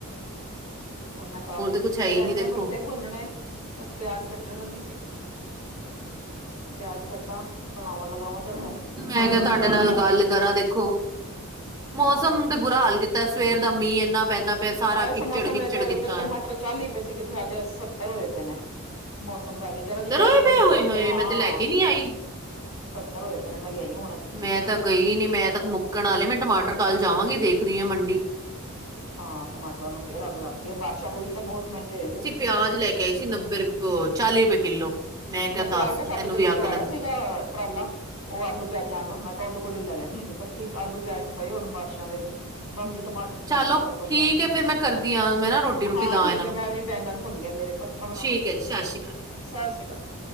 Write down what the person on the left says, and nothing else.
ਪਰ ਮੈਂ ਤਾਂ
ਬੈਂਗਣ
ਰੱਖੇ ਭੁੰਨਣੇ ਬਸ ਪਿਆਜ ਕੱਟਣ ਲੱਗੀ ਸੀਗੀ ਮੈਂ ਕਿਹਾ ਪਿਆਜ ਕੱਟਾ ਬਣਾਵਾਂ ਲਗਾਵਾਂ ਤੜਕਾ ਟਮਾਟਰਾਂ
ਨੂੰ ਵੀ ਅੱਗ
ਲੱਗ
ਗਈ।
ਹਾਂ
ਇਹ
ਸਮੋਸਾ
ਮੇਰੇ ਤਾਂ
ਉ
ਟਮਾਟਰ ਚਾਲੀ ਰੁਪਏ ਸੀ ਕਿਥ ਅੱਜ ਸੱਤਰ ਹੋਏ ਪਏ ਨੇ। ਮੌਸਮ ਕਰਕੇ ਜਰਾ ਜੀ ਬਾਰਿਸ਼
ਪੈਂਦੀ
ਸਬਜ਼ੀ
ਹਾਂ
ਸੱਤਰ ਹੋਏ ਪਏ ਨੇ ਮੈਂ ਲਿਆਈ ਹੁਣ ਅਜੇ ਕਿੱਲੋ
ਹਾਂ ਟਮਾਟਰਾਂ ਨੂੰ ਫੇਰ ਅੱਗ ਲੱਗ ਗਈ ਏ ਬਾਰਸ਼ਾਂ ਦੇ ਵਿੱਚ ਤਾਂ ਬਹੁਤ ਮਹਿੰਗੇ ਹੋ ਜਾਂਦੇ
ਨਾ ਪਿਆਜ
ਤਾਂ ਸਾਡੀ
ਗਲੀ
ਚੋਂ ਆਇਆ
ਸੀਗਾ ਟਰਾਲਾ ਉਹ ਆਲੂ ਪਿਆਜਾਂਾ ਮੈਂ ਤਾਂ ਉਹਦੇ ਕੋਲ ਹੀ ਲੈ ਲੈਂਦੀ ਹੁੰਦੀ ਇਕੱਠੀ ਆਲੂ ਪਿਆਜ ਤੇ ਪਏ ਹੋਣ ਬਾਰਿਸ਼ਾਂ ਦੇ ਵਿੱਚ ਬਾਕੀ
ਟਮਾਟਰ ਟਮੂਟਰ
ਦਾ ਚੱਲ ਬੰਦਾ
ਹਾਂ
ਠੀਕ
ਹੈ
ਮੈਂ ਵੀ ਬੈਂਗਣ ਭੁੰਨ ਗਏ ਮੇਰੇ ਭੜਥਾ ਬਣਾਵਾਂ
ਸਤਿ ਸ੍ਰੀ ਅਕਾਲ ਜੀ।